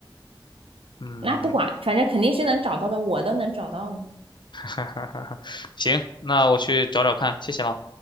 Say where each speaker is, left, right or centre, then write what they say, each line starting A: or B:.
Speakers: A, on the left; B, on the right.
A: 嗯，
B: 那不管，反正肯定是能找到的，我都能找到呢。
A: <laughs> 哈哈哈哈，行，那我去找找看，谢谢了。